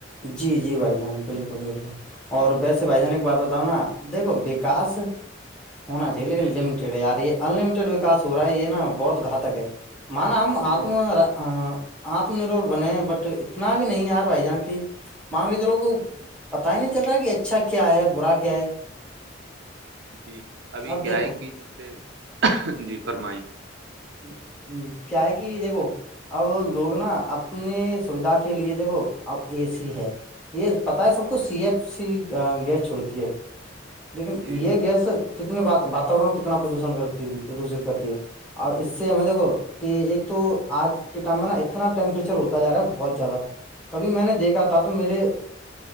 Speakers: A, in the centre; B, on the right (about 60°).
A: جی جی بھائی جان بالکل بالکل اور ویسے بھائی جان کی بات بتاؤ نا دیکھو وکاس
B: جی
A: ہونا چاہیے
B: جی
A: لیکن یار یہ ان لٹیڈ وکا ہو رہا ہے یہ نا بہت گھاتک ہے مانا ہم آ
B: اور
A: آتم نربر بنے ہیں بٹ اتنا بھی نہیں یار بھائی جان کی مانوی چلو کو پتا ہی نہیں چل رہا کہ اچھا کیا ہے برا کیا ہے
B: جی ابھی
A: اب
B: کیا
A: دیکھو
B: ہے کہ جیسے جی فرمائی
A: ہ کیا ہے کہ دیکھو اب لوگ نا اپنی سوھا کے لیے دیکھو اب اے سی ہے یہ پتا ہے سب کو سی ایف سی گیس چھوڑتی ہے لیکن
B: جی
A: یہ گیس کتنے واتاورن کتنا پردوش کرتی پردوشت کرتی ہے اور اس سے ہمیں دیکھو کہ ایک تو آج کے ٹائم میں نا اتنا ٹیمپریچر ہوتا جا رہا ہے بہت زیادہ کبھی میں نے دیکھا تھا تو میرے